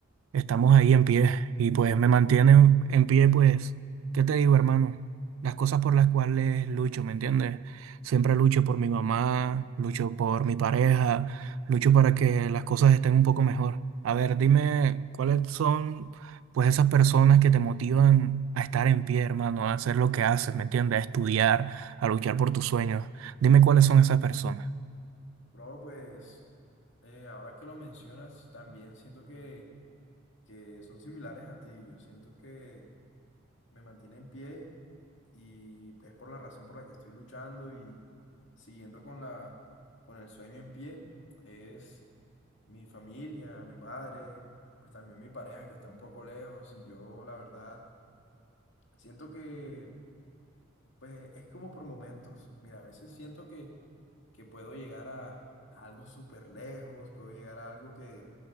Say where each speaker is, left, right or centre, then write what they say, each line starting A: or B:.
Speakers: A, on the right; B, on the left.
A: Estamos ahí en pie y pues me mantienen en pie, pues, ¿qué te digo, hermano? Las cosas por las cuales lucho, ¿me entiendes? Siempre lucho por mi mamá, lucho por mi pareja, lucho para que las cosas estén un poco mejor. A ver, dime cuáles son, pues, esas personas que te motivan a estar en pie, hermano, a hacer lo que haces, ¿me entiendes? A estudiar, a luchar por tus sueños. Dime cuáles son esas personas.
B: Bro, pues eh, ahora que lo mencionas, también siento que, que son similares a ti. Yo siento que me mantiene en pie y es por la razón por la que estoy luchando y siguiendo con la, con el sueño en pie. Es mi familia, mi madre, pues también mi pareja que está un poco lejos y yo la verdad siento que pues es como por momentos. Mira, a veces siento que, que puedo llegar a, a algo súper lejos, puedo llegar a algo que,